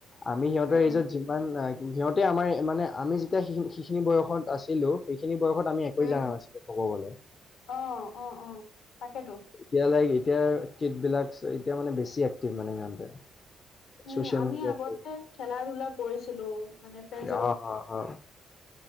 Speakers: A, on the left; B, on the left.
A: আমি সিহঁতৰ
B: উম
A: এইজত যিমান সিহঁতে আমাৰ মানে আমি যেতিয়া সেই সিখিনি বয়সত আছিলোঁ এইখিনি বয়সত আমি একোৱে
B: উম
A: জানা নাছিলো ক'ব গলে
B: অ অ অ তাকেতো
A: এতিয়া লাইক এতিয়া কিটবিলাকছ এতিয়া মানে বেছি এক্টিভ মানে সিহঁতে৷
B: উম
A: ছ'চিয়েল
B: আমি
A: মিডিয়াত
B: আগতে খেলা ধূলা কৰিছিলো মানে ফ্ৰেণ্ডজৰ
A: অ-অ-অ
B: লগত